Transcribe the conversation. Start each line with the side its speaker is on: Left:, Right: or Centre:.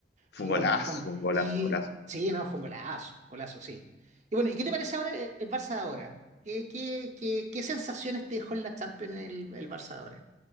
Left: Fue
Right: sí,
Left: un golazo,
Right: bueno, bueno.
Left: un golazo,
Right: Y
Left: un golazo.
Right: sí, no, fue un golazo, golazo, sí. Y bueno, ¿y qué te parece ahora el, el Barça de ahora? ¿Qué, qué, qué, qué sensaciones te dejó en la Champions el, el Barça de ahora?